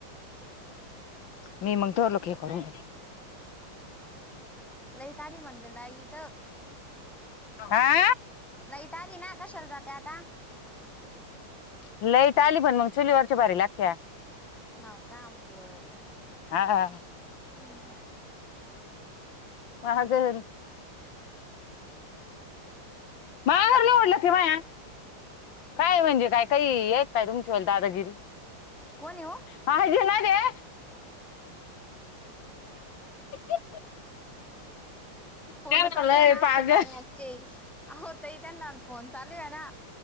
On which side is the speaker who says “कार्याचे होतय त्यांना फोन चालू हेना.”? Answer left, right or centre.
Centre